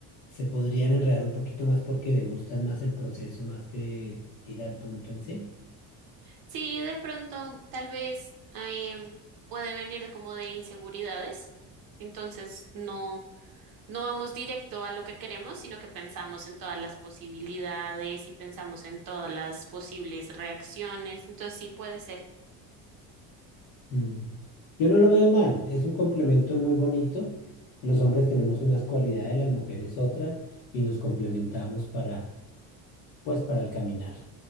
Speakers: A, on the left; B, on the right.
A: se podrían enredar un poquito más porque le gustan más el proceso más que ir al punto en sí?
B: Sí, de pronto tal vez em, puede venir como de inseguridades, entonces no, no vamos directo a lo que queremos, sino que pensamos en todas las posibilidades y pensamos en todas las posibles reacciones, entonces sí puede ser.
A: Mm. Yo no lo veo mal, es un complemento muy bonito. Los hombres tenemos unas cualidades, las mujeres otras, y nos complementamos para, pues, para el caminar.